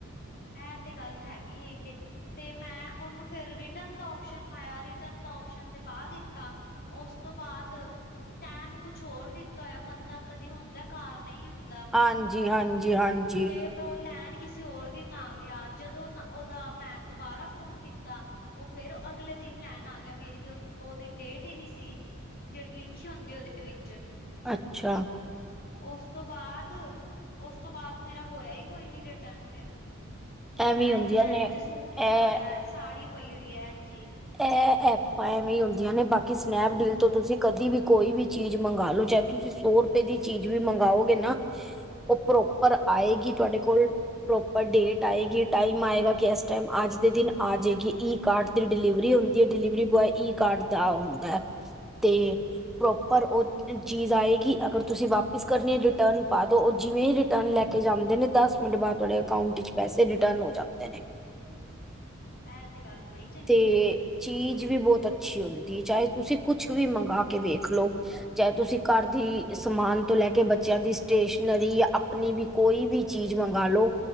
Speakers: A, on the left; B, in the centre.
A: ਐ ਤੇ ਗੱਲ ਹੈਗੀ ਏ। ਤੇ ਮੈਂ ਉਨੂੰ ਫਿਰ ਰਿਟਨ ਦਾ ਓਪਸਨ ਪਾਇਆ ਰਿਟਨ ਦਾ ਓਪਸਨ ਤੇ ਪਾ ਦਿੱਤਾ। ਉਸ ਤੋਂ ਬਾਦ ਟੈਮ ਕੁਛ ਹੋਰ ਦਿੱਤਾ ਹੋਇਆ ਬੰਦਾ ਕਦੇ ਹੁੰਦਾ ਘਾਰ ਨਈ ਹੁੰਦਾ।
B: ਹਾਂਜੀ-ਹਾਂਜੀ-ਹਾਂਜੀ
A: ਤੇ ਤੇ ਓ ਲੈਣ ਕਿਸੇ ਹੋਰ ਦੀ ਦਿਨ ਆ ਗਿਆ ਜਦੋਂ ਨਾ ਉਦਾ ਮੈਂ ਦੁਬਾਰਾ ਫੋਨ ਕੀਤਾ। ਓ ਫਿਰ ਅਗਲੇ ਦਿਨ ਲੈਣ ਆ ਗਿਆ ਮੇਰੀ ਤੇ ਓ-ਓ ਦਿਨ ਡੇਟ ਹੀ ਨਈ ਸੀ। ਜੇੜੀ ਲਿਖੀ ਹੁੰਦੀ ਉਦੇ ਵਿੱਚ
B: ਅੱਛਾ
A: ਉਸ ਤੋਂ ਬਾਦ ਉਸ ਤੋਂ ਬਾਦ ਮੇਰਾ ਹੋਇਆ ਈ ਕੋਈ ਨੀ ਰਿਟਰਨ ਫਿਰ ਮੇਰਾ
B: ਐਵੇਂ ਹੁੰਦੀਆਂ
A: ਇੰਝ ਦਾ
B: ਨੇ
A: ਇੰਝ
B: ਇਹ
A: ਸੂਟ ਪਿਆ ਹੋਇਆ ਸਾੜੀ ਪਈ ਉਈ ਐ ਇੰਜ ਈ।
B: ਐ ਐਪਾਂ ਐਵੇਂ ਈ ਹੁੰਦੀਆਂ ਨੇ ਬਾਕੀ ਸਨੈਪਡੀਲ ਤੋਂ ਤੁਸੀਂ ਕਦੇ ਵੀ ਕੋਈ ਵੀ ਚੀਜ਼ ਮੰਗਾ ਲੋ ਚਾਹੇ ਤੁਸੀ ਸੋ ਰੁਪਏ ਦੀ ਚੀਜ਼ ਵੀ ਮੰਗਾਓਗੇ ਨਾ ਓ ਪ੍ਰੋਪਰ ਆਏਗੀ ਤੁਹਾਡੇ ਕੋਲ ਪ੍ਰੋਪਰ ਡੇਟ ਆਏਗੀ ਟਾਈਮ ਆਏਗਾ ਕਿ ਇਸ ਟਾਈਮ ਅੱਜ ਦੇ ਦਿਨ ਆ ਜੇਗੀ ਈ ਕਾਰਡ ਦਿਨ ਡਿਲੀਵਰੀ ਹੁੰਦੀ ਏ ਡਿਲੀਵਰੀ ਬੁਆਏ ਈ ਕਾਰਡ ਦਾ ਹੁੰਦਾ ਤੇ ਪ੍ਰੋਪਰ ਓ ਚੀਜ਼ ਆਏਗੀ ਅਗਰ ਤੁਸੀ ਵਾਪਿਸ ਕਰਨੀ ਏ ਰਿਟਰਨ ਪਾ ਦੋ ਓ ਜਿਵੇਂ ਈ ਰਿ ਰਿਟਰਨ ਲੈ ਕੇ ਜਾਂਦੇ ਨੇ ਦਸ ਮਿੰਟ ਬਾਦ ਤੁਹਾਡੇ ਅਕਾਊਂਟ ਵਿੱਚ ਪੈਸੇ ਰਿਟਰਨ ਹੋ ਜਾਂਦੇ ਨੇ।
A: ਐ ਤੇ ਗੱਲ ਬੜੀ ਚੰਗੀ
B: ਤੇ
A: ਹੈਗੀ ਏ।
B: ਚੀਜ਼ ਵੀ ਬੋਤ ਅੱਛੀ ਹੁੰਦੀ ਏ ਚਾਹੇ ਤੁਸੀਂ ਕੁਛ ਵੀ ਮੰਗਾਕੇ ਵੇਖ ਲਓ। ਚਾਹੇ ਤੁਸੀ ਘਰ ਦੀ ਸਮਾਨ ਤੋਂ ਲੈ ਕੇ ਬੱਚਿਆਂ ਦੀ ਸਟੇਸ਼ਨਰੀ ਆਪਣੀ ਵੀ ਕੋਈ ਵੀ ਚੀਜ਼ ਮੰਗਾ ਲੋ।